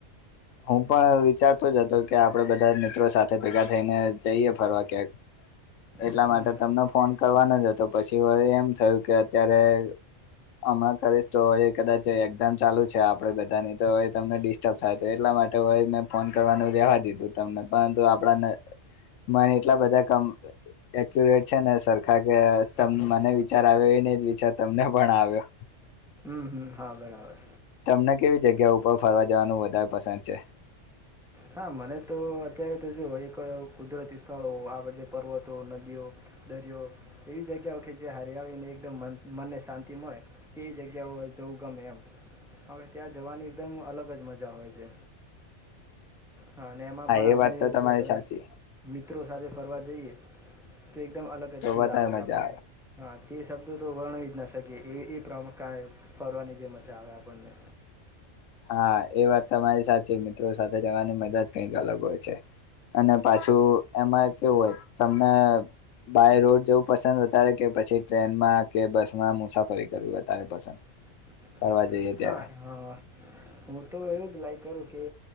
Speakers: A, on the left (about 85°); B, in the centre.
A: હું પણ વિચારતો જ હતો કે આપડે બધા મિત્રો સાથે ભેગા થઈને જઈએ ફરવા ક્યાંક એટલા
B: હમ
A: માટે તમને ફોન કરવાનો જ હતો પછી વળ એમ થયું કે અત્યારે હમણાં કરીશ તો હવે કદાચ એક્ઝામ ચાલુ છે આપડે બધાની તો હ તમને ડિસ્ટર્બ થાય એટલા માટે હોય મેં ફોન કરવાનું રેવા દીધું તમને પરંતુ આપણા મને એટલા બધા કમ એક્યુરેટ છે ને સરખા કે
B: હા હા.
A: મને વિચાર આવ્યો એને જ વિચાર તમને પણ આવ્યો
B: હમ હમ હા બરાબર
A: તમને કેવી જગ્યા ઉપર ફરવા જવાનું વધારે પસંદ છે
B: હા મને તો અત્યારે તો જો એક કુદરતી સ્થળો આ બધ પર્વતો નદીઓ દરિયો એવી જગ્યાઓ કે જે હરિયાળીને એકદમ મનને શાંતિ મળે તેવી જગ્યાઓ જવું ગમે એમ હવે ત્યાં જવાની એકદમ અલગ જ મજા હોય છે હા અને એમાં પણ
A: એ
B: આપણે
A: વાત તો તમારી
B: જો કદાચ
A: સાચી
B: મ મ સાથે ફરવા જઈએ તો એકમ અલગ
A: તો
B: જ ફીલ
A: વધારે
B: આવે
A: મજા
B: આપ હ શબ્દો તો વર્ણ જ ના શકીએ એ પ્રણે ફરવાની જે મજા આવે આપણને
A: હા એ વાત તમારી સાચી મિત્રો સાથે જવાની મજા જ કઈક અલગ હોય છે અને પાછું એમાં કેવું હોય તમને બાય રોડ જવું પસંદ વધારે કે પછી ટ્રેનમાં કે બસમાં મુસાફરી કરવી વધારે પસંદ
B: <inaudible>
A: કરવા જઈએ ત્યારે
B: હા હું તો એવું જ લાઈક કરું કે